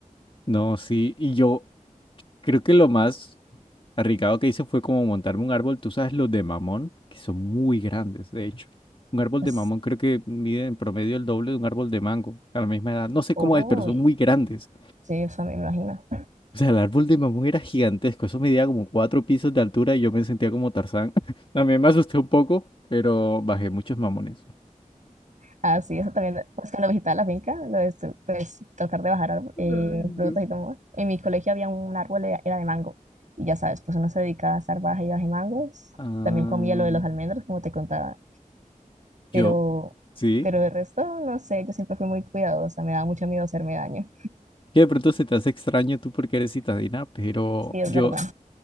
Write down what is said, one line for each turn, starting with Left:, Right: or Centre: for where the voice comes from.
Left: No, sí, y yo creo que lo más arriesgado que hice fue como montarme un árbol, tú sabes, los de mamón, que son muy grandes, de hecho. Un árbol
Right: Pues,
Left: de mamón creo que mide en promedio el doble de un árbol de mango a la misma edad. No sé
Right: uy,
Left: cómo es, pero son muy grandes.
Right: sí, eso me imagino.
Left: O sea, el árbol de mamón era gigantesco, eso medía como cuatro pisos de altura y yo me sentía como Tarzán. <laughs> También me asusté un poco, pero bajé muchos mamones.
Right: Ah, sí, eso también, pues cuando visitaba la finca, lo de su- pues tratar de bajar árbol- eh,
Left: Ay, no.
Right: frutas y todo. En mi colegio había un árbol, era era de mango, y ya sabes, pues uno se dedicaba a estar baja y baja mangos,
Left: Ah,
Right: también comía lo de los almendros, como te contaba, pero,
Left: yo, sí,
Right: pero el resto, no sé, yo siempre fui muy cuidadosa, me daba mucho miedo hacerme daño,
Left: que de pronto se te hace extraño tú porque eres citadina, pero
Right: sí, es
Left: yo,
Right: verdad,